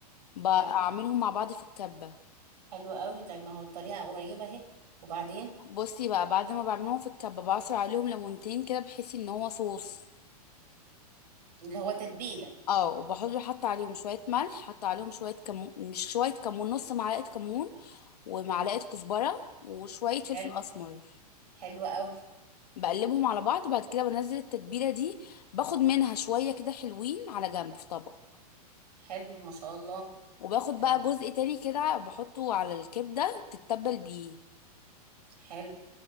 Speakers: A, on the left; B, on the right.
A: بعملهم
B: حلو
A: مع بعض في الكبة
B: حلو قوي طيب ما هو الطريقة قريبة اهي وبعدين
A: بصي بقى بعد ما بعملهم في الكبة بعصر عليهم ليمونتين كده بحيث ان هو صوص
B: اللي هو تتبيلة
A: اه وبحط حط عليهم شوية ملح حط عليهم شوية كمون مش شوية كمون نص معلقة كمون ومعلقة كزبرة وشوية فلفل
B: حلو
A: أسمر
B: حلو قوي
A: بقلبهم على بعض وبعد كده بنزل التتبيلة دي باخد منها شوية كده حلوين على جنب في طبق
B: حلو ما شاء الله
A: وباخد
B: طب
A: بقى جزء تاني كده بحطه على الكبدة تتبل بيه
B: حلو